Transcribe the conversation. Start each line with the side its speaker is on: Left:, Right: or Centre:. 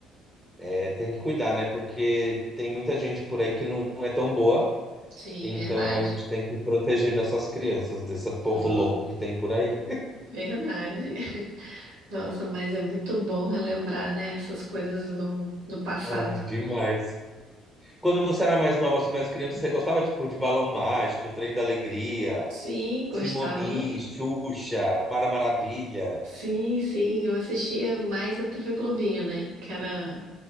Centre: É, tem que cuidar, né? Porque tem muita gente por aí que não é tão boa,
Right: Sim,
Centre: então
Right: verdade.
Centre: a gente tem que proteger nossas crianças desse povo
Right: Não,
Centre: louco que tem por aí.
Right: verdade. <laughs> Nossa, mas é muito bom relembrar, né, essas coisas do, do passado.
Centre: Ai, demais. Quando você era mais nova, assim, mais criança, você gostava, tipo, de Balão Mágico, Trem da Alegria,
Right: Sim, gostava.
Centre: Simoni, Xuxa, Mara Maravilha.
Right: Sim, sim, eu assistia mais a TV Globinho, né? Que era